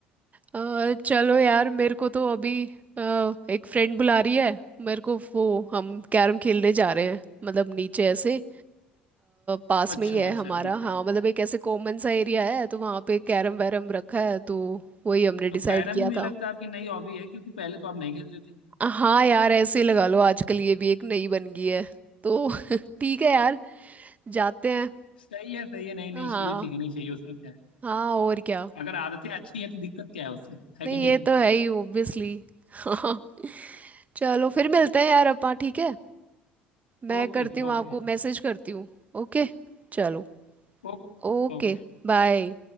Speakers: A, on the right; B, on the left.
A: अ, चलो यार मेरे को तो अभी अ, एक फ्रेंड बुला रही है मेरे को वो हम कैरम खेलने जा रहे हैं मतलब नीचे ऐसे अ, पास
B: अच्छा
A: में ही है
B: अच्छा
A: हमारा
B: ठीक है
A: हाँ मतलब एक ऐसे कॉमन सा एरिया है तो वहाँ पे कैरम वैरम रखा है तो वही हमने
B: तो
A: डिसाइड
B: कैरम
A: किया
B: भी मुझे
A: था
B: लगता है आपकी नई हॉबी है क्योंकि पहले तो आप नहीं खेलते थे
A: हाँ यार ऐसे ही लगा लो आजकल ये भी एक नई बन गई है तो <laughs> ठीक है यार जाते हैं
B: सही है सही है नई
A: हाँ
B: नई चीजें सीखनी चाहिए उसमें क्या है
A: हाँ और क्या
B: अगर आदतें अच्छी हैं तो दिक्कत क्या है उससे है
A: नहीं
B: कि नहीं
A: ये तो है ही ऑब्वियसली हाँ <laughs> चलो फिर मिलते हैं यार अपा ठीक है मैं
B: Okay
A: करती हूँ
B: okay
A: आपको मैसेज करती हूँ ओके चलो
B: ओके
A: ओके
B: ओके
A: बाय